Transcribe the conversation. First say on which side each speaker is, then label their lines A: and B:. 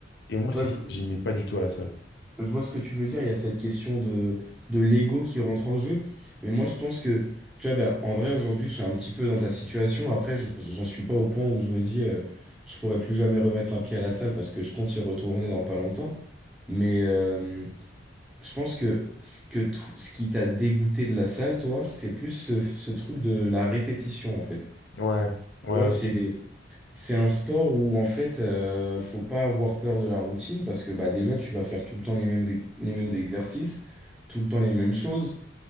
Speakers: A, on the left; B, in the centre.
A: Et moi,
B: Ouais,
A: c'est
B: je,
A: ça, que j'aimais pas du tout à la salle.
B: je vois ce que tu veux dire. Il y a cette question de, de l'ego qui rentre en jeu. Mais moi, je pense que, tu vois, bah, en vrai, aujourd'hui, je suis un petit peu dans ta situation. Après, je- j'en suis pas au point où je me dis, euh, je pourrais plus jamais remettre un pied à la salle parce que je compte y retourner dans pas longtemps. Mais. euh, Je pense que ce que t- ce qui t'a dégoûté de la salle, toi, c'est plus ce, ce truc de la répétition, en fait.
A: Ouais, ouais
B: Tu vois,
A: aussi.
B: c'est c'est un sport où en fait, euh, faut pas avoir peur de la routine parce que bah déjà, tu vas faire tout le temps les mêmes ex- les mêmes exercices, tout le temps les mêmes choses.